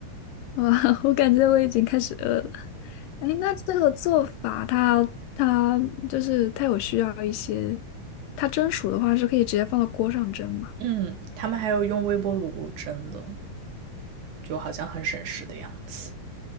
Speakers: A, on the left (about 80°); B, on the right (about 65°).
A: 哇，<laughs> 我感觉我已经开始饿了。哎，那这个做法它，它就是它有需要一些，它蒸熟的话是可以直接放到锅上蒸吗？
B: 嗯，他们还有用微波炉蒸的，就好像很省事的样子。